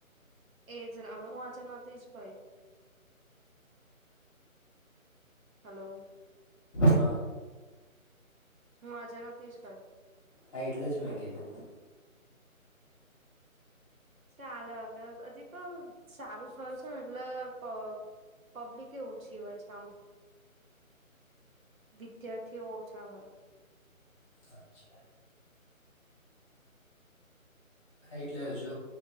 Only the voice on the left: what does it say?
હા.
હા એટલે જ મેં કીધું.
અચ્છા. હા એટલે હજુ